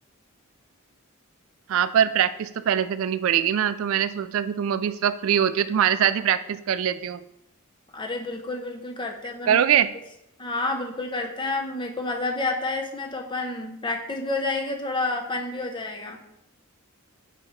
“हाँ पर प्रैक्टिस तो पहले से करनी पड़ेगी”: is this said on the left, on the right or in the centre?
Right